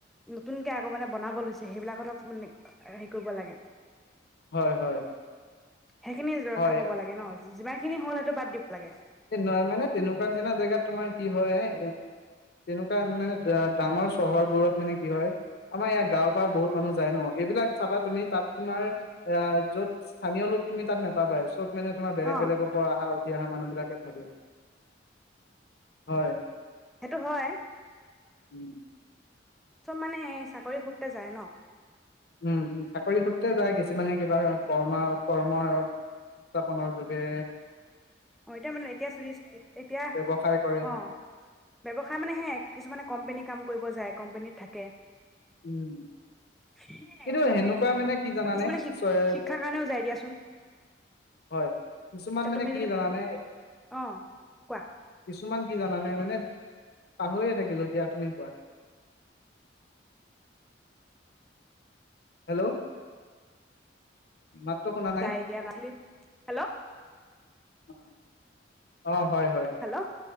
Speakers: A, in the centre; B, on the left.
A: নতুনকে আগ মানে বনাব লৈছে সেইবিলাকতক মান হেৰি কৰিব লাগে
B: হয় হয়
A: সেইখিনি ৰক্ষা
B: হয়,
A: কৰিব লাগে ন যিমান সিনি হ'লেইটো বাদ দিব লাগে
B: এ নহয় মানে তেনেকুৱা নিচিনা জেগাত তোমাৰ কি হয় এ এ তেনেকুৱা মানে ডাঙৰ চহৰবোৰত মানে কি হয় আমাৰ ইয়াৰ গাঁওৰ পৰা বহুত মানুহ যায় ন এইবিলাক চাবা তুমি তাত তোমাৰ এ য'ত স্থীয় লোকুমি তাত নাপাবাই চব মানে তমাৰ বেলেগ
A: অ
B: বেগৰ পৰা অ আহা উঠি অা মানুহ ভালে হয়
A: সেইটো হয়
B: উম
A: চব মানে চাকৰি সূত্ৰে যায় ন
B: উম উ চাকৰি সূত্ৰে যায় কিছুমানে কিবা কৰ্মা কৰ্ম সংস্থাপনৰ যোগে
A: অ এতিয়া মানে এতিয়া এতিয়া
B: ব্যৱসায় কৰে
A: অ ব্যৱসায় মানে হে কিছুমানে কোম্পেনী কাম কৰিব যায় কোম্পানীত থাকে
B: উম
A: সেয়াই
B: কিন্তু
A: চবে
B: সেনেকুৱা মানে কি জানানে
A: আৰু কিছুমানে শি
B: চয়
A: শিক্ষাৰ কাৰণেও যায় দিয়াচোন
B: হয় কিছুমান
A: এতিয়া
B: মানে
A: তুমি
B: কি
A: যদি
B: জানা
A: অ কোৱা
B: কিছুমান কি জানানে মানে পাহৰিয়ে থাকিলো এতিয়া তুমি কোৱা হেল্ল' মাতটো শুনা
A: নাই দিয়া হেল্ল'
B: অহ অ হয় হয়
A: হেল্ল'